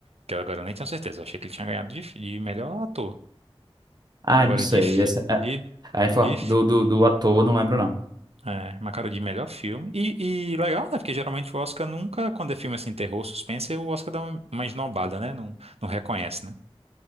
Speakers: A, on the right (about 85°); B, on the right (about 40°).
A: Que eu agora nem tenho certeza. Eu achei que ele tinha ganhado de, de melhor ator.
B: Ai,
A: Agora
B: não sei.
A: de, fi-
B: Essa, é,
A: de,
B: a info-
A: de
B: do, do, do ator, não lembro não.
A: É, uma cara de melhor filme. E, e legal, né? Porque geralmente o Oscar nunca, quando é filme assim, terror, suspense, o Oscar dá uma, uma esnobada, né? Não, não reconhece, né?